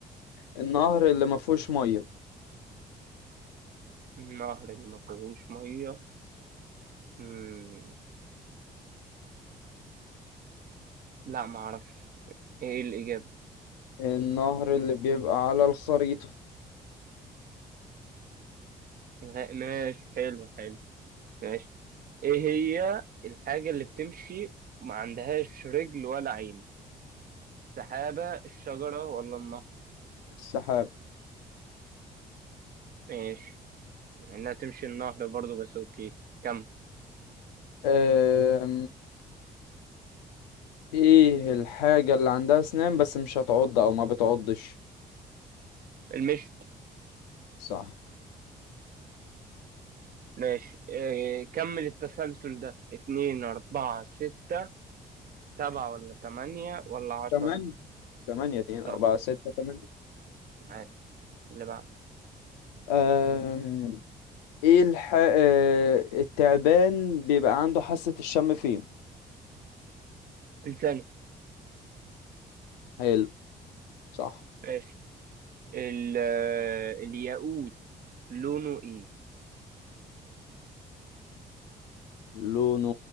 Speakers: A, on the left; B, on the right.
A: النهر اللي ما فيهوش مية
B: النهر اللي ما فيهوش مية مم. لا ما أعرفش إيه الإجابة
A: النهر اللي بيبقى على الخريطة
B: غ- ماشي حلو حلو ماشي إيه هي الحاجة اللي بتمشي ما عندهاش رجل ولا عين سحابة الشجرة ولا النهر
A: السحاب
B: ماشي إنها تمشي النهر برضو بس أوكي كم
A: أه... ايه الحاجة اللي عندها اسنان بس مش هتعض او ما بتعضش
B: المشت
A: صح
B: ماشي إيه كمل التسلسل ده اتنين أربعة ستة سبعة ولا تمانية ولا عشرة
A: تمانية تمانية اتنين اربعة
B: صح
A: ستة تمانية
B: ماشي اللي بعده
A: أم... ايه الح... آه، التعبان بيبقى عنده حاسة الشم فين
B: فلسانه
A: حلو صح
B: ماشي ال- آه، الياقوت لونه ايه
A: لونه